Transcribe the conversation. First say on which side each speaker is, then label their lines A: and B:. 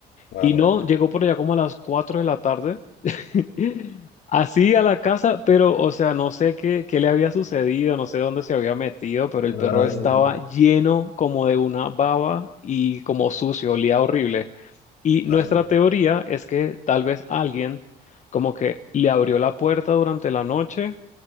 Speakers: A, on the left; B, on the left.
A: claro.
B: Y no, llegó por allá como a las 4 de la tarde, <laughs> así a la casa, pero o sea, no sé qué, qué le había sucedido, no sé dónde se había metido, pero el
A: Ay,
B: perro estaba lleno como de una baba y como sucio, olía horrible. Y nuestra
A: ay,
B: teoría es que tal vez alguien como que le abrió la puerta durante la noche